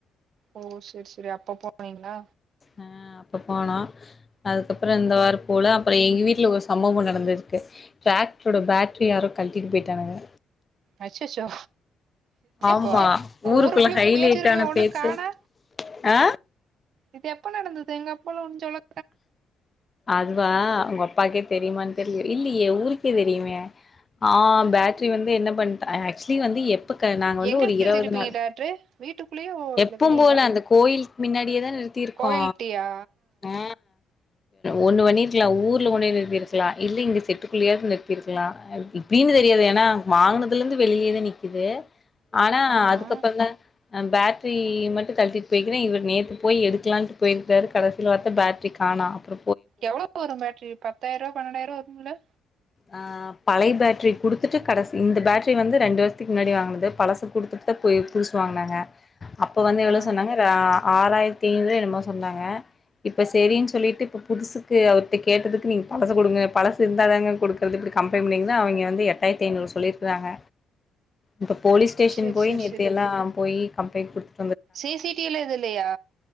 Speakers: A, on the right (about 70°); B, on the left (about 30°).
A: ஓ செரி செரி அப்ப போனீங்ளா
B: ஆ அப்ப போனோ அதுக்கு அப்பற இந்த வார போல அப்பற எங்க வீட்ல ஒரு சம்பவம் நடந்திருக்கு டிராக்டரோட பேட்ரிய யாரோ கழட்டிட்டு போயிட்டானுங்க
A: அச்சச்சோ
B: ஆமா
A: அப்போ
B: ஊருக்குள்ள
A: ஊரு ஃபுல்லா
B: ஹைலைட்
A: பேச்சு இருக்குமே
B: ஆன
A: ஒண்ணு
B: பேச்சே
A: காணா
B: ஆ
A: இது எப்ப நடந்தது எங்க அப்பால்லா ஒன்னு சொல்லக்
B: அதுவா உங்க அப்பாக்கே தெரியுமான்னு தெரிய இல்லையே ஊருக்கே தெரியுமே ஆ பேட்ரி வந்து என்ன பண்ட் ஆக்சுவலி வந்து எப் ப நாங்க வந்து
A: எங்க
B: ஒரு இருவது
A: இருப்பீங்க
B: நாள்
A: டாக்ட்ரு வீட்டுக்குள்ளேயோ இல்ல
B: எப்போம்
A: வெளியவா
B: போல அந்த கோயில்க் மின்னாடியே தா நிறுத்தியிருக்கோ
A: கோயில்ட்டியா
B: ஆ ஒண்ணு வண்ணியிருக்கலா ஊர்ல கொண்டே நிறுத்திருக்லா இல்ல இங்க செட்டுக்குள்ளயாவது நிறுத்திருக்லா எப்டி அப்டின்னு தெரியாது ஏனா வாங்கினதுல இருந்து வெளியேதா நிக்குது ஆனா
A: ஆமா
B: அதுக்கு அப்பறந்தா பேட்ரி மட்டு கழட்டிட்டு போய்க்கிறே இவர் நேத்து போய் எடுக்கலான்ட்டு போயிருக்கறாரு கடஸ் சில பாத்தா பேட்ரி காணா அப்பற
A: எவ்ளோ வரு பேட்ரி பத்தாயிரருவ பன்னெண்டாயிரருவா வருங்களா
B: ஆ பழைய பேட்டரி குடுத்துட்டு கடசி இந்த பேட்டரி வந்து ரெண்டு வருஷத்துக்கு முன்னாடி வாங்குனது பழசு குடுத்துட்டு ப்ப போய் புதுசுவாங்குனாங்க அப்ப வந்து எவ்ளோ
A: ஆ
B: சொன்னாங்க கா ஆ ஆறாயிரத்தி தீங்கு என்னமோ சொன்னாங்க இப்ப செரின்னு சொல்லிட்டு இப்ப புதுசுக்கு அவர்ட்ட கேட்டதுக்கு நீங்க பழச குடுங்க பழசு இருந்தா தாங்க குடுக் குர்து இப்டி கம்ப்ளைன் பண்ணீங்கன்தா அவிய்ங்க வந்து எட்டாயிரத்து ஐநூறு சொல்லிருக்குறாங்க இப்ப போலீஸ் ஸ்டேஷன்
A: சேரி
B: போய்
A: சேரி
B: நேற்று
A: சேரி
B: எல்லா போயி கம்ப்ளைண்ட் குடுத்
A: சி சி டிவில இது இல்லயா